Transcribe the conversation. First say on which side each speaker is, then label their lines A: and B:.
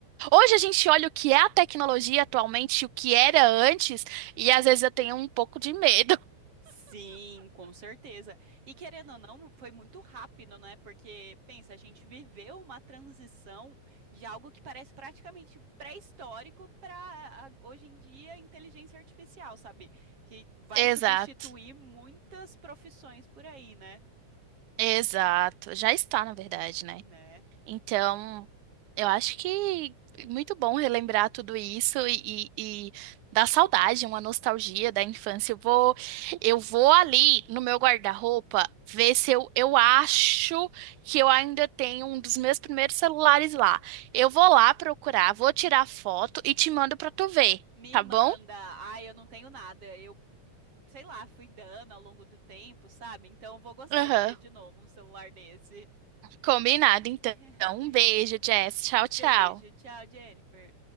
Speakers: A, on the right; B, on the right.
A: Hoje a gente olha o que é a tecnologia atualmente, e o que era antes, e às vezes eu tenho um pouco de medo.
B: Sim, com certeza. E querendo ou não, foi muito rápido, né? Porque, pensa, a gente viveu uma transição de algo que parece praticamente pré-histórico para hoje em dia inteligência artificial, sabe? Que vai
A: <laughs> Exato,
B: substituir muitas profissões por aí, né?
A: exato. Já está, na verdade, né?
B: Né?
A: Então, eu acho que é muito bom relembrar tudo isso e, e, e dar saudade, uma nostalgia da infância. Eu vou, eu vou ali no meu guarda-roupa ver se eu, eu acho que eu ainda tenho um dos meus primeiros celulares lá. Eu vou lá procurar, vou tirar foto e te mando pra tu ver,
B: Me
A: tá
B: manda.
A: bom?
B: Ai, eu não tenho nada. Eu, sei lá, fui dando ao longo do tempo, sabe? Então eu vou gostar
A: Aham,
B: de ver de novo um celular desse.
A: Combinado, então.
B: <laughs>
A: Um beijo, Jess. Tchau, tchau.
B: Beijo, tchau, Jennifer.